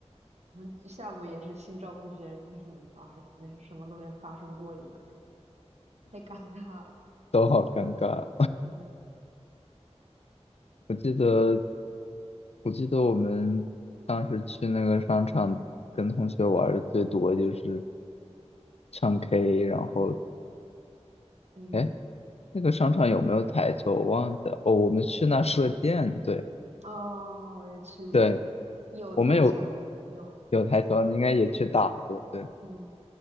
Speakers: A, on the right; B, on the left.
A: 我们下午也是心照不宣，就是我们老师没什么都没有发生过一样，太尴尬了。
B: 都好尴尬。
A: 嗯
B: 我记得我记得我们当时去那个商场跟同学玩的最多就是唱 K，然后
A: 嗯，
B: 哎，那个商场有没有台球我忘记了，哦，我们去那射箭，对。
A: 哦，我也去过，
B: 对，
A: 有台球，
B: 我们有
A: 有，
B: 有台球，你应该也去打过，对。
A: 嗯